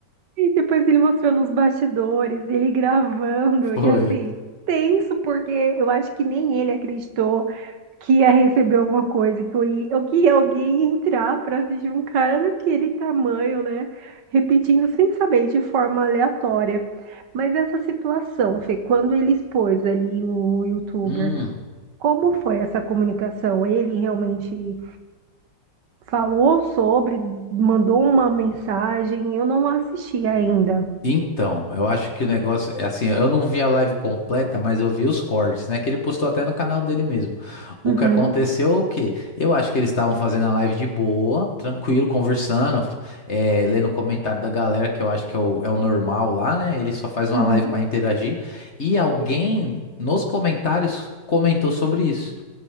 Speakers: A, on the right; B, on the left.
A: E depois ele mostrou nos bastidores, ele gravando,
B: Foi.
A: e assim, tenso, porque eu acho que nem ele acreditou que ia receber alguma coisa, que, eu ia, ou que ia alguém entrar para assistir um cara daquele tamanho, né? Repetindo sem saber, de forma aleatória. Mas essa situação, Fê, quando ele expôs ali o youtuber,
B: Hum.
A: como foi essa comunicação? Ele realmente falou sobre, mandou uma mensagem, eu não assisti ainda.
B: Então, eu acho que o negócio é assim, eu não vi a live completa, mas eu vi os cortes, né? Que ele postou até no canal dele mesmo. O
A: Uhum.
B: que aconteceu, é o quê? Eu acho que eles estavam fazendo a live de boa, tranquilo, conversando, eh, lendo o comentário da galera, que eu acho que é o, é o normal lá, né? Ele só faz uma
A: Uhum.
B: live para interagir. E alguém nos comentários comentou sobre isso.